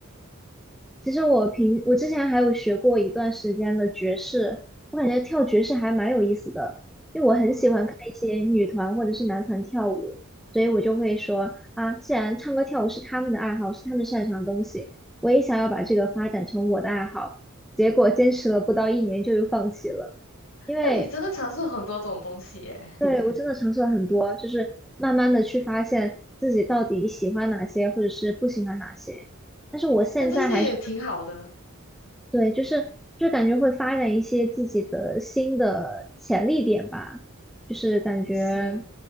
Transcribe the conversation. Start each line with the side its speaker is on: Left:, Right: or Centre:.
Centre: 其实我平我之前还有学过一段时间的爵士，我感觉跳爵士还蛮有意思的，因为我很喜欢看一些女团或者是男团跳舞，
Left: 哇，
Centre: 所以我就会说啊，既然唱歌跳舞是他们的爱好，是他们擅长的东西，我也想要把这个发展成我的爱好。结果坚持了不到一年就又放弃了，因为
Left: 那你真的尝试很多种东西耶。
Centre: 对我真的尝试了很多，就是慢慢的去发现自己到底喜欢哪些，或者是不喜欢哪些。但是我现在还是
Left: 但这些也挺好的，
Centre: 对，就是就感觉会发展一些自己的新的潜力点吧，就是感觉
Left: 是